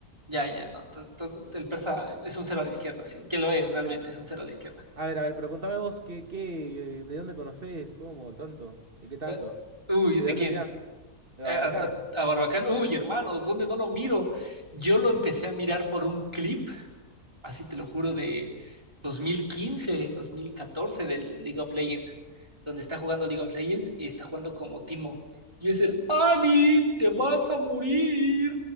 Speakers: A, on the right (about 15°); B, on the right (about 40°).
A: ya, ya, no. Entonces, entonces, el persa es un cero a la izquierda, sí. ¿Qué lo es realmente?
B: Pero.
A: Es un cero a la izquierda.
B: A ver, a ver, pero contame vos, ¿qué, qué, eh, de dónde conocés? ¿Cómo? ¿Tanto? ¿De qué tanto?
A: Eh, Uy,
B: ¿Qué
A: ¿de
B: de dónde
A: quién?
B: mirás? De
A: Eh,
B: Barbacán.
A: ¿A, a- a Barbacán? Uy, hermanos, ¿dónde no lo miro? Yo lo empecé a mirar por un clip así te lo juro, de dos dos mil quince, dos mil catorce del League of Legends, donde está jugando League of Legends y está jugando como Timo. Y es el Ani, te vas a morir.